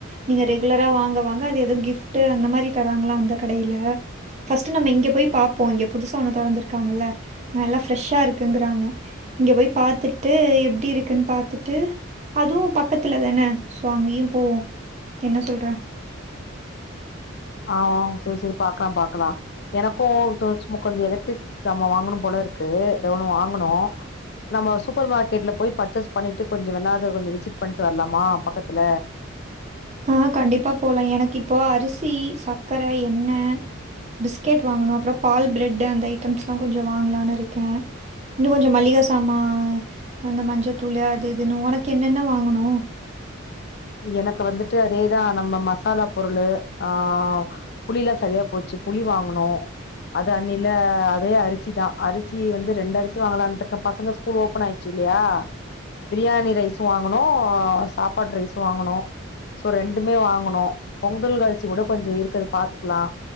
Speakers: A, on the right; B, on the left.
A: நீங்க ரெகுலரா வாங்க வாங்க அது எதோ கிஃப்டுஅந்த மாரி தராங்களா அந்த கடையில ஃபர்ஸ்ட் நம்ம இங்க போய் பாப்போ இங்க புதுசா ஒன்னு தொறந்து இருக்காங்கல்ல அங்க எல்லா ஃப்ரெஷ்ஷா இருக்குங்குறாங்க இங்க போய் பாத்துட்டு எப்டி இருக்குன்னு பாத்துட்டு அதுவு பக்கத்துல தானே சோ அங்கேயு போவோ என்ன சொல்ற
B: ஆ <unintelligible> செரி செரி பாக்கலா பாக்கலா எனக்கு சும்மா கொஞ்சோ எலக்ட்ரிக்ஸ் ஜாமா வாங்கணுபோல இருக்கு ஏதோ ஒன்னு வாங்கனு நம்ம சூப்பர் மார்க்கெட்ல போய் பர்ச்சேஸ் பண்ணிட்டு கொஞ்ச வேணா அத கொஞ்ச விசிட் பண்ணிட்டு வரலாமா பக்கத்துல
A: ஆ கண்டிப்பா போலா எனக்கு இப்போ அரிசி சக்கர எண்ணெ பிஸ்கெட் வாங்கணு அப்றோ பால் ப்ரெட்டு அந்த ஐட்டம்ஸ் எல்லா கொஞ்ச வாங்கலான்னு இருக்கே இன்னு கொஞ்ச மளிக சாமா அந்த மஞ்சத்தூளு அது இதுனு உனக்கு என்னென்ன வாங்கணு
B: எனக்கு வந்துட்டு அதேதா நம்ம மசாலா பொருளு ஆ புளி எல்லா செரியா போச்சு புளி வாங்கனு அது அண்ணில்ல அதே அரிசி தா அரிசி வந்து ரெண்டு அரிசி வாங்கலான்ருக்கே பசங்க ஸ்கூல் ஓபன் ஆயிடுச்சு இல்லையா பிரியாணி ரைஸு வாங்கனு சாப்பாடு ரைஸ் வாங்கணு சோ ரெண்டுமே வாங்கணு பொங்கல் அரிசி கூட கொஞ்சோ இருக்கத பாத்துக்கலா